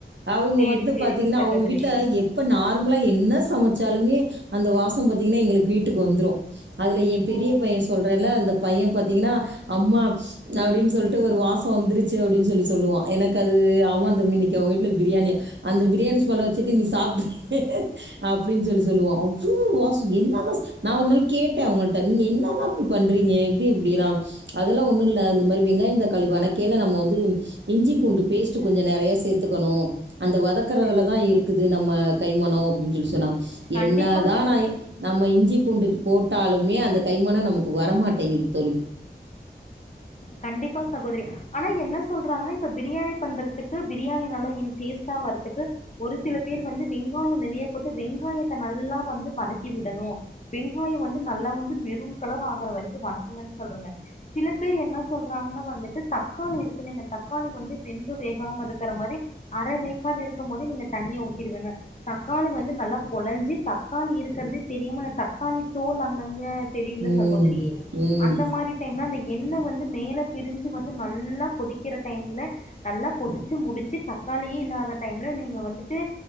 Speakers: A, on the right; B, on the left.
A: அவங்க
B: சேரி
A: வந்து
B: சேரிங்க
A: பார்த்தீங்கன்னா
B: சகோதரி
A: அவங்க வீட்டுல எப்ப நார்மலா என்ன சமைச்சாலுமே அந்த வாசம் பாத்தீங்கன்னா எங்களுக்கு வீட்டுக்கு வந்துரும் அதுல என் பெரிய
B: ஓ
A: பையன் சொல்றல்ல அந்த பையன் பாத்தீங்கன்னா அம்மா அப்படின்னு சொல்லிட்டு ஒரு வாசம் வந்திருச்சு அப்டி சொல்லி சொல்லுவா எனக்கு அது ஆமா இன்னைக்கு அவ வீட்ல பிரியாணியா அந்த பிரியாணி ஸ்மெல்ல வச்சுட்டு நீ சாப்ட்று அப்டினு சொல்லி சொல்லுவோம் அவ்ளோ மோஷ் என்னதா நா ஒருநாள் கேட்ட அவங்ககிட்ட நீ என்னதா அப்டி பன்றீங்க எப்டி இப்டி எல்லா அதெல்லா ஒன்னு இல்ல இந்த மாரி வெங்காய தக்கா வணக்கீல கீழே நம்ம வந்து இஞ்சி பூண்டு பேஸ்ட்டு கொஞ்சம் நிறைய சேர்த்துக்கணும் அந்த வதக்கறதுல
B: சே
A: தான் இருக்குது நம்ம கைமணோ அப்டி சொல்லி சொன்னங்க
B: கண்டிப்பா
A: என்ன தான்
B: சகோதரி
A: நான் நம்ம இஞ்சி பூண்டு போட்டாலுமே அந்த கைமணம் நமக்கு வரமாட்டேங்குது தொளி
B: கண்டிப் சகோதரி ஆனா என்ன சொல்றாங்கன்னா இப்ப பிரியாணி பண்றதுக்கு பிரியாணி நல்லா டேஸ்ட்டா வர்றதுக்கு ஒரு சில பேர் வந்து வெங்காயம் நெறைய போட்டு வெங்காயத்தை நல்லா வந்து வதக்கி விடணும் வெங்காயம் வந்து நல்லா வந்து மெரூன் கலர் ஆகுற வரைக்கும் வணக்கங்க சொல்றங்க பிலப் சொல்றாங்கன்னா வந்துட்டு தக்காளி இருக்குங்க தக்காளி வந்து வெந்து வேகாமல் இருக்கிற மாதிரி அரை வேக்காடு இருக்கும் போதே நீங்க தண்ணிய ஊத்திடுவங்க தக்காளி வந்து நல்லா கொழஞ்சி தக்காளி இருக்கறதே தெரியமா தக்காளி தோல் அங்கங்க தெரியல
A: ம்
B: சகோதரி
A: ம்
B: அந்த மாதிரி டைம்ல எண்ணெ வந்து மேலே பிரிஞ்சு வந்து நல்லா கொதிக்கிற டைம்ல நல்லா கொதிச்சு முடிச்சு தக்காளியே இல்லாத டைம்ல நீங்க வந்துட்டு